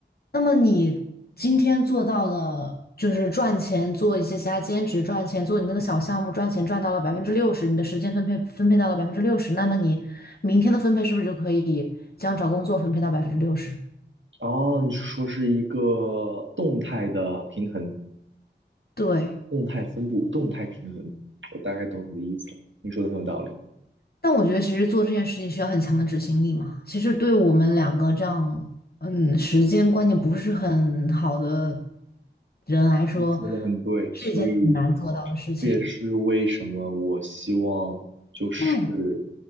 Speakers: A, on the left; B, on the right.
A: 那么你今天做到了，就是赚钱做一些其他兼职赚钱，做你那个小项目赚钱赚到了百分之六十，你的时间分配分配到了百分之六十，那么你明天的分配是不是就可以将找工作分配到百分之六十？
B: 哦，你是说是一个动态的平衡，
A: 对。
B: 动态分布，动态平衡，我大概懂你的意思了，你说的很有道理。
A: 但我觉得其实做这件事情需要很强的执行力嘛。其实对我们两个这样，嗯，时间观念不是很好的人来说，
B: 你说的很对，
A: 是一件很难做到的事情。
B: 所以这也是为什么我希望就是
A: 嗯